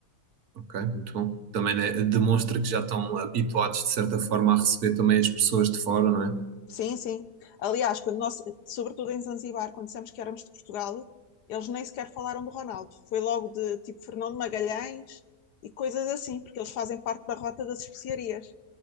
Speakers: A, on the right (about 70°); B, on the left (about 85°).
A: ok, muito bom. Também né, demonstra que já estão habituados de certa forma a receber também as pessoas de fora, não é?
B: Sim, sim. Aliás, quando nós, sobretudo em Zanzibar, quando dissemos que éramos de Portugal, eles nem sequer falaram do Ronaldo. Foi logo de tipo Fernando Magalhães e coisas assim, porque eles fazem parte da rota das especiarias.